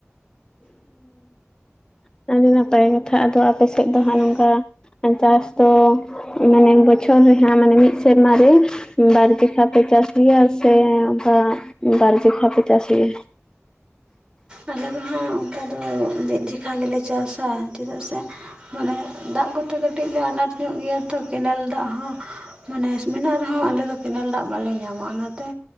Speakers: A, on the left (about 15°); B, on the right (about 20°).
A: ᱦᱮᱸ ᱟᱹᱰᱤ ᱱᱟᱯᱟᱭ ᱠᱟᱛᱷᱟ ᱟᱫᱚ ᱟᱯᱮ ᱥᱮᱫ
B: ᱦᱮᱸ
A: ᱫᱚ ᱦᱟᱸᱜ ᱱᱚᱝᱠᱟ ᱟ ᱪᱟᱥ ᱫᱚ ᱢᱟᱱᱮ ᱵᱚᱪᱷᱚᱨ ᱨᱮᱦᱟᱸᱜ ᱢᱟᱱᱮ ᱢᱤᱫ ᱥᱮᱨᱢᱟ ᱨᱮ ᱵᱟᱨ ᱡᱚᱠᱷᱟ ᱯᱮ ᱪᱟᱥ ᱜᱮᱭᱟ ᱥᱮ ᱚᱝᱠᱟ ᱵᱟᱨ ᱡᱮᱠᱷᱟ ᱯᱮ ᱪᱟᱥ ᱜᱮᱭᱟ
B: ᱟᱞᱮ ᱫᱚ ᱦᱟᱸᱜ ᱚᱱᱠᱟ ᱫᱚ ᱢᱤᱫ ᱡᱚᱠᱷᱟ ᱜᱮᱞᱮ ᱪᱟᱥᱟ ᱪᱮᱫᱟᱜ ᱥᱮ ᱢᱟᱱᱮ ᱫᱟᱜ ᱠᱚᱛᱮ ᱠᱟᱹᱴᱤᱡ ᱞᱮ ᱟᱱᱟᱴ ᱧᱚᱜ ᱜᱮᱭᱟ ᱛᱚ ᱠᱮᱱᱮᱞ ᱫᱟᱜ ᱦᱚᱸ ᱢᱟᱱᱮ ᱢᱮᱱᱟᱜ ᱨᱮᱦᱚᱸ ᱟᱞᱮ ᱫᱚ ᱠᱮᱱᱮᱞ ᱫᱟᱜ ᱵᱟᱞᱮ ᱧᱟᱢᱟ ᱚᱱᱟᱛᱮ